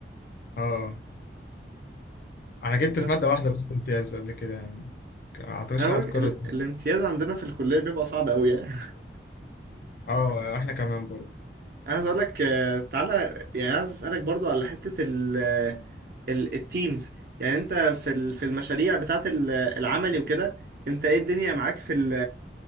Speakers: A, on the left; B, on the right.
A: اه انا جبت
B: بس
A: في مادة واحدة بس امتياز قبل كده يعني ك- ما اعتقدش
B: انا
A: انها
B: بقولك
A: هتتكرر
B: ال-
A: تاني
B: الامتياز عندنا في الكليه بيبقى صعب قوي يعني
A: اه احنا كمان برضه
B: <laughs> عايز اقول لك آه، تعالى يعني عايز اسالك برضو على حته ال ال- التيمز يعني انت في ال- في المشاريع بتاعت ال- العملي وكده انت ايه الدنيا معاك في ال